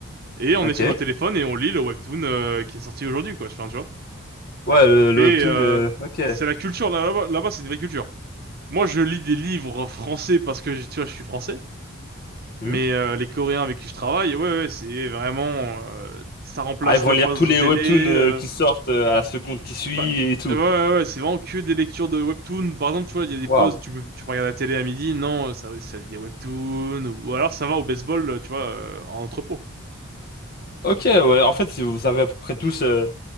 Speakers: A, on the right; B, on the left.
A: Et on
B: Ok.
A: est sur nos téléphones et on lit le webtoon euh, qui est sorti aujourd'hui, quoi. Enfin, tu vois.
B: Ouais, le, le
A: Et
B: webtoon.
A: euh,
B: euh, ok.
A: c'est la culture là, là-bas, là-bas, c'est une vraie culture. Moi, je lis des livres français parce que, tu vois, je suis français.
B: Hmm.
A: Mais euh, les Coréens avec qui je travaille, ouais, ouais, c'est vraiment, euh, ça remplace
B: Ah, ils vont
A: la
B: lire
A: pause
B: tous les
A: de télé.
B: webtoons euh,
A: euh,
B: qui sortent euh, à la seconde qui suit
A: bah,
B: et tout.
A: ouais, ouais, ouais, ouais, c'est vraiment que des lectures de webtoon. Par exemple, tu vois, il y a des
B: Waouh.
A: pauses, tu peux, tu peux regarder la télé à midi. Non, ça, ça lit des webtoons. Ou, ou alors, ça va au baseball, tu vois, euh, en entrepôt.
B: Ok, ouais. En fait, si vous avez à peu près tous euh,